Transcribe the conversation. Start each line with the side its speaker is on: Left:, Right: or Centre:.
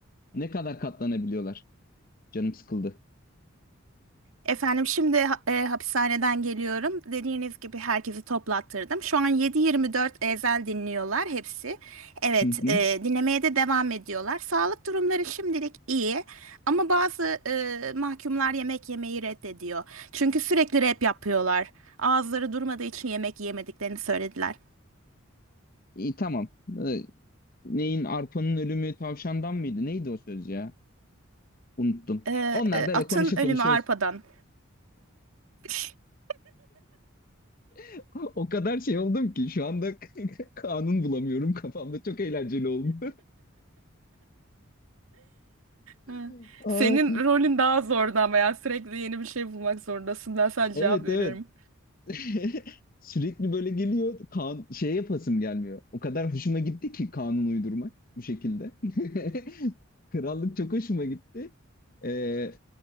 Left: ne kadar katlanabiliyorlar. Canım sıkıldı.
Right: Efendim şimdi ha- e, hapishaneden geliyorum. Dediğiniz gibi herkesi toplattırdım. Şu an 7-24 ezel dinliyorlar hepsi. Evet,
Left: Hı hı.
Right: e, dinlemeye de devam ediyorlar. Sağlık durumları şimdilik iyi ama bazı e, mahkumlar yemek yemeyi reddediyor. Çünkü sürekli rap yapıyorlar. Ağızları durmadığı için yemek yemediklerini söylediler.
Left: İyi tamam. E, neyin arpanın ölümü tavşandan mıydı? Neydi o söz ya? Unuttum.
Right: E,
Left: Onlar
Right: e,
Left: böyle
Right: atın
Left: konuşa
Right: ölümü
Left: konuşa
Right: arpadan. <laughs>
Left: <laughs> O kadar şey oldum ki şu anda <laughs> kanun bulamıyorum kafamda. Çok eğlenceli oldu.
Right: Ha.
Left: <laughs>
Right: Senin
Left: Aa,
Right: rolün daha zordu ama ya sürekli yeni bir şey bulmak zorundasın. Ben sadece
Left: evet
Right: cevap veriyorum.
Left: evet. <laughs> Sürekli böyle geliyor. Kan şey yapasım gelmiyor. O kadar hoşuma gitti ki kanun uydurmak bu şekilde. <laughs> Krallık çok hoşuma gitti. Ee,